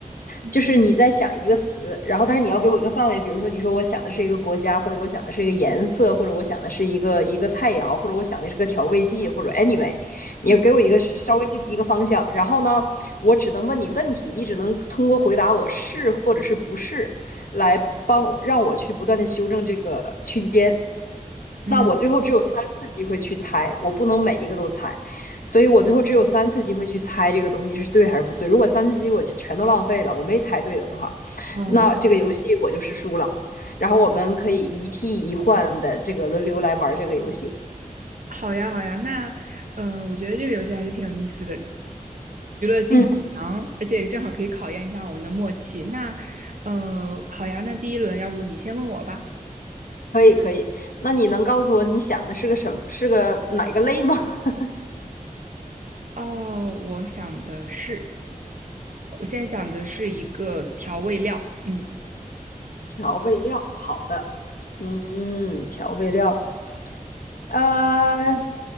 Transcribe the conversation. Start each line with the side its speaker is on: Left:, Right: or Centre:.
Right: 嗯
Left: 就是你在想一个词，然后但是你要给我一个范围，比如说你说我想的是一个国家，或者我想的是一个颜色，或者我想的是一个一个菜肴，或者我想的是个调味剂，或者 anyway，你要给我一个稍微的一个方向，
Right: 嗯
Left: 然后呢，我只能问你问题，你只能通过回答我是或者是不是来帮我让我去不断的修正这个区间。
Right: 嗯
Left: 那我最后只有三次机会去猜，我不能每一个都猜。所以我最后只有三次机会去猜这个东西是对还是不对。如果三次机会我全都浪费了，我没猜对的话，
Right: 嗯，
Left: 那这个游戏我就是输了。然后我们可以一替一换的这个轮流来玩这个游戏。
Right: 好呀，好呀，那嗯、呃我觉得这个游戏还是挺有意思的，性很强，
Left: 嗯，
Right: 而且正好可以考验一下我们的默契。那呃，好呀，那第一轮要不你先问我吧？
Left: 可以可以。那你能告诉我你想的是个什么？是个哪个类吗？<laughs>
Right: 哦，我想的是，我现在想的是一个调味料，嗯，
Left: 调味料，好的。嗯，调味料，呃，